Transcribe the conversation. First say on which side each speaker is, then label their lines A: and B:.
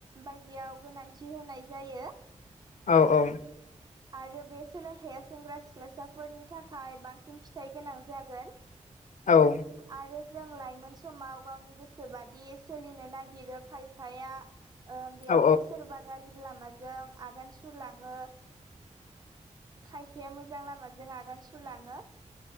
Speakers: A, on the right (about 30°); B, on the left (about 70°).
A: बायदियाव गोनांथि होनाय जायो
B: औ <inaudible>
A: आरो बे सोलोंथाइया सेंग्रा सिख्लासाफोरनि थाखाय बांसिन फिथाइ गोनां जागोन।
B: औ औ
A: आरो जों लाइमोन समाव गावनि गोसो बादि सोलिनो नागिर खिरो खायफाया बेयावनो
B: औ
A: सोरबा गाज्रि लामाजों आगान सुरलाङो खायफाया मोजां लामाजों आगान सुरलाङो